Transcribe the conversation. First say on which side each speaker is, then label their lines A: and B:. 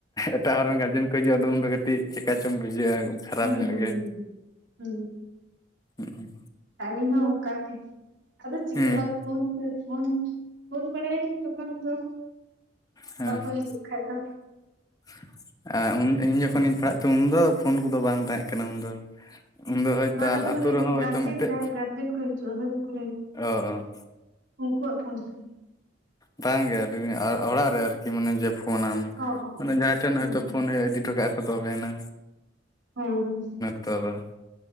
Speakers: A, on the left; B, on the right.
A: ᱮᱴᱟᱜ ᱦᱚᱲ ᱨᱮᱱ ᱜᱟᱨᱡᱮᱱ ᱠᱚ ᱦᱤᱡᱩᱜᱼᱟ ᱟᱫᱚ ᱩᱱᱫᱚ ᱠᱟᱹᱴᱤᱡ ᱪᱤᱠᱠᱟ ᱪᱚᱝ ᱵᱩᱡᱷᱟᱹᱜᱼᱟ᱾ ᱠᱷᱟᱨᱟᱯ
B: ᱦᱩᱸ,
A: ᱧᱚᱜ
B: ᱦᱩᱸ,
A: ᱜᱮ
B: ᱦᱩᱸ, ᱦᱩᱸ, ᱦᱩᱸ᱾
A: ᱦᱩᱸ ᱾
B: ᱟᱞᱤᱧ ᱦᱚᱸ ᱚᱱᱠᱟᱜᱮ᱾ ᱟᱫᱚ ᱪᱤᱠᱟᱹᱜ-ᱟ?
A: ᱦᱩᱸ
B: ᱯᱷᱳᱱ, ᱯᱷᱳᱱ, ᱯᱷᱳᱱ ᱵᱟᱲᱟᱭᱟ ᱞᱤᱧ ᱛᱚᱠᱷᱚᱱ ᱫᱚ᱾
A: ᱦᱮᱸ
B: ᱵᱟᱠᱚ ᱦᱤᱡᱩᱜ ᱠᱷᱟᱡ ᱫᱚ᱾
A: <inaudible> ᱟᱨ ᱤᱧ ᱡᱚᱠᱷᱚᱱᱤᱧ ᱯᱟᱲᱦᱟᱜ ᱛᱮ ᱩᱱᱫᱚ ᱯᱷᱳᱱ ᱠᱚᱫᱚ ᱵᱟᱝ ᱛᱟᱦᱮᱸ ᱠᱟᱱᱟ ᱩᱱᱫᱚ᱾ ᱩᱱᱫᱚ ᱦᱳᱭᱛᱳ
B: ᱵᱟᱝ
A: ᱟᱞᱮ
B: ᱟᱫᱚ
A: ᱟᱹᱛᱩ
B: ᱢᱟᱱᱮ
A: ᱨᱮᱦᱚᱸ
B: ᱤᱭᱟᱹ
A: ᱦᱳᱭᱛᱳ
B: ᱜᱟᱨᱡᱮᱱ
A: ᱢᱤᱫᱴᱮᱡ
B: ᱡᱟᱦᱟᱸᱭ ᱜᱟᱨᱡᱮᱱ ᱠᱚᱭ ᱦᱤᱡᱩᱜᱼᱟ᱾
A: ᱚ
B: ᱩᱱᱠᱩᱣᱟᱜ ᱯᱷᱚᱱ ᱛᱮ᱾
A: ᱵᱟᱝ ᱜᱮ ᱟᱹᱞᱤᱧ ᱚᱲᱟᱜ ᱨᱮ ᱟᱨᱠᱤ ᱢᱟᱱᱮ᱾ ᱯᱷᱳᱱᱟᱢ
B: ᱚ ᱚ
A: ᱢᱟᱱᱮ ᱡᱟᱦᱟᱸᱭ ᱴᱷᱮᱱ
B: ᱚ
A: ᱦᱚᱭᱛᱳ
B: ᱦᱩᱸ
A: ᱯᱷᱳᱱ ᱤᱫᱤ ᱦᱚᱴᱚ ᱠᱟᱜᱼᱟ ᱠᱚ ᱛᱚᱵᱮᱱᱟ᱾
B: ᱦᱮᱸ ᱦᱮᱸ᱾
A: ᱛᱚᱵᱮ᱾